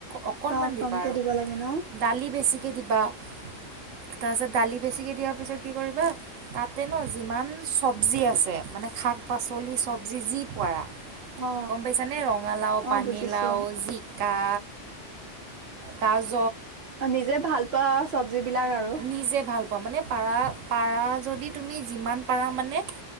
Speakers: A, on the right; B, on the right.
A: অকণমান
B: অ
A: দিবা
B: কমকে
A: আৰু
B: দিব লাগে ন
A: দালি বেছিকৈ দিবা। তাৰপিছত দালি বেছিকে দিয়াৰ পিছত কি কৰিবা তাতে ন যিমান চব্জি আছে। মানে শাক পাচলি চব্জি যি পাৰা।
B: অ
A: গম পাইছানে ৰঙালাও
B: অ
A: পানীলাও
B: বুজিছো
A: জিকা। কাজু
B: অ' নিজে ভাল পোৱা চবজি বিলাক আৰু।
A: নিজে ভাল মানে পাৰা পাৰা যদি তুমি যিমান পাৰা মানে।